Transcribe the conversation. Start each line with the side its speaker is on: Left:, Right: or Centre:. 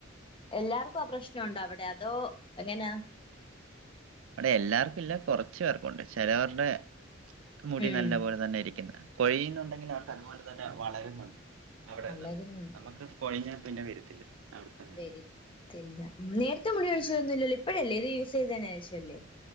Left: എല്ലാർക്കും ആ പ്രശ്നം ഉണ്ടോ? അവിടെ അതോ എങ്ങനാ
Right: അവിടെ എല്ലാർക്കും ഇല്ല. കുറച്ചു പേർക്കുണ്ട് ചേലോർടെ മുടി
Left: ഉം
Right: നല്ല പോലെ തന്നെ ഇരിക്കുന്നെ കൊഴിയുന്നുണ്ടെങ്കിൽ ആണ് അതുപോലെ തന്നെ വളരുന്നുണ്ട് അവിടെത്തന്ന
Left: വളരുന്നുണ്ട്
Right: നമക്ക് പൊഴിഞ്ഞാ പിന്നെ വരത്തില്ല. അവിട്ത്തെ
Left: വരിത്തില്ല. നേരത്തെ മുടി കോഴിച്ചിലൊന്നും ഇല്ലല്ലോ ഇപ്പഴല്ലേ ഇത് യൂസ് ചെയ്തെന് ശേഷല്ലേ